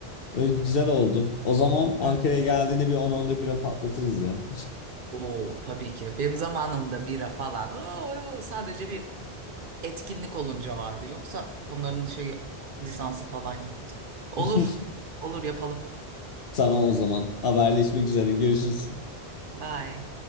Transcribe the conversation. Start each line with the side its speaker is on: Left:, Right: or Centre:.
Left: Böyle güzel oldu. O zaman Ankara'ya
Right: Hı.
Left: geldiğinde bir 10-11'e patlatırız ya.
Right: Oo, tabii ki. Benim zamanımda bira falan oo, oo, sadece bir etkinlik olunca vardı. Yoksa onların şey lisansı falan yoktu. Olur.
Left: <laughs>
Right: Olur yapalım.
Left: Tamam o zaman. Haberleşmek üzere. Görüşürüz.
Right: Bye.